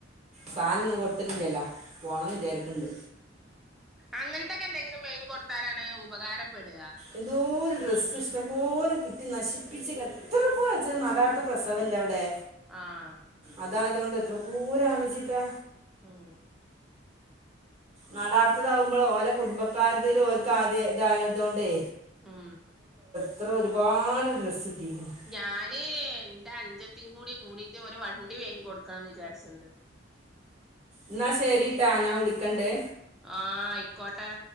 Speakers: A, on the right; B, in the centre.
A: സാധനം ഒന്നും കൊടുത്തിട്ടില്ലലാ പോണംന്ന് വിചാരിക്കണ്ട്
B: അങ്ങനത്തൊക്കെ എന്തെങ്കിലും മെൻങ്ങി കൊടുത്താലാണ് ഉപകാരപ്പെടുക
A: എന്തോ ഡ്രസ്സ് ഇഷ്ടംപോലെ കിട്ടി നശിപ്പിച്ച് എത്ര പോലെ നടാത്ത പ്രസവല്ല അവിടെ
B: ആഹ്
A: അതായതുകൊണ്ട് എത്ര പൂരംണചിട്ടാ
B: മു
A: നടാർത്തതാകുമ്പോൾ ഓലെ കുടുംബക്കാരുതി ഓക്ക് ആദ്യം ഇതായതുകൊണ്ടേ
B: മു
A: ഇത്ര ഒരുപാട് ഡ്രസ്സ് കിട്ടിയിരിക്കുന്നു
B: ഞാനേ എന്റെ അഞ്ചത്തി കൂടി കൂടിട്ട് ഒരു വണ്ടി വേങ്ങി കൊടുക്കണംന്ന് വിചാരിച്ചിണ്ട്
A: എന്നാ ശരിട്ടാ ഞാൻ വിളിക്കണ്ടേ
B: ആ ആയിക്കോട്ടെ